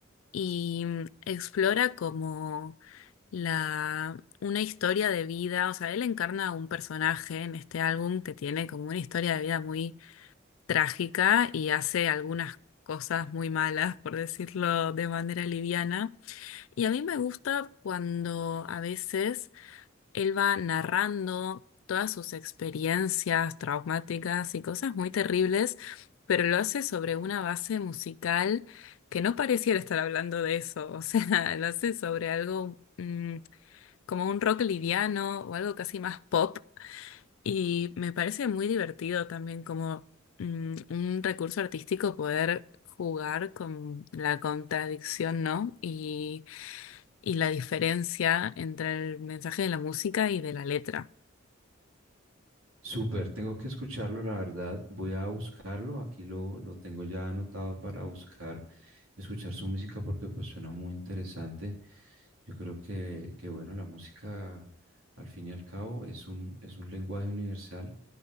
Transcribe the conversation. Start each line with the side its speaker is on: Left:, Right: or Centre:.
Left: y mm, explora como la, una historia de vida, o sea, él encarna a un personaje en este álbum que tiene como una historia de vida trágica y hace algunas cosas muy malas, por decirlo de manera liviana. Y a mí me gusta cuando a veces él va narrando todas sus experiencias traumáticas y cosas muy terribles, pero lo hace sobre una base musical que no pareciera estar hablando de eso, o sea, <laughs> lo hace sobre algo mm, como un rock liviano o algo casi más pop y me parece muy divertido también como mm, un recurso artístico poder jugar con la contradicción, ¿no? Y, y la diferencia entre el mensaje de la música y de la letra.
Right: Súper, tengo que escucharlo, la verdad. Voy a buscarlo. Aquí lo, lo tengo ya anotado para buscar, escuchar su música porque pues suena muy interesante. Yo creo que, que bueno, la música al fin y al cabo es un, es un lenguaje universal.